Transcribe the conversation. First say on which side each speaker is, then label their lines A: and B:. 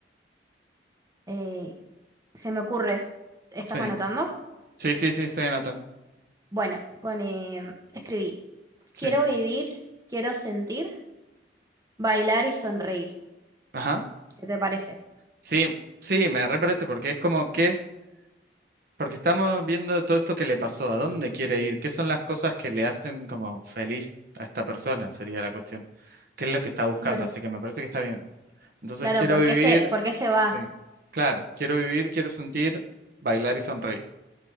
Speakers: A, on the right (about 20°); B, on the right (about 50°).
A: Eh, se me ocurre, ¿estás
B: Sí,
A: anotando?
B: sí, sí, sí, estoy anotando.
A: Bueno, pone, mm, escribí,
B: Sí.
A: quiero vivir, quiero sentir, bailar y sonreír.
B: Ajá.
A: ¿Qué te parece?
B: Sí, sí, me reparece porque es como que es, porque estamos viendo todo esto que le pasó, a dónde quiere ir, qué son las cosas que le hacen como feliz a esta persona, sería la cuestión. ¿Qué es lo que está buscando?
A: Claro,
B: Así que me parece que está bien. Entonces
A: claro,
B: quiero
A: ¿por
B: vivir,
A: qué se, por qué se va?
B: Sí. claro, quiero vivir, quiero sentir, bailar y sonreír.